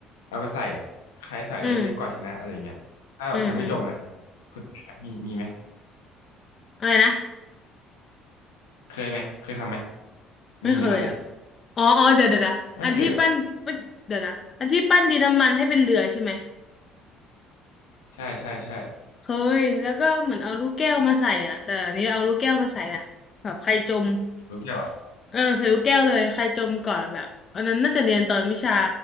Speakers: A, on the left; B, on the left.
A: เอาไปใส่ใครใส่ได้เยอะกว่าชนะอะไรเงี้ยถ้าแบบมันไม่จมอะนะ
B: อืมอืมอืม
A: คุณเคยไหมมีมีไหม
B: อะไรนะ
A: เคยไหมเคยทำไหม
B: ไม่เคยอะ
A: มีไหมตอนเด็กอ่ะ
B: อ๋ออ๋อเดี๋ยวเดี๋ยวเดี๋ยวอันที่ปั้น
A: ไม่เคยหรอก
B: เดี๋ยวนะอันที่ปั้นดินน้ำมันให้เป็นเรือใช่ไหม
A: ใช่ใช่ใช่
B: เคยแล้วก็เหมือนเอาลูกแก้วมาใส่อ่ะแต่อันนี้เอาลูกแก้วมาใส่นะแบบใครจม
A: รู้แค่เหรอ
B: เออใส่ลูกแก้วเลยใครจมก่อนแบบอันนั้นน่าจะเรียนตอนวิชา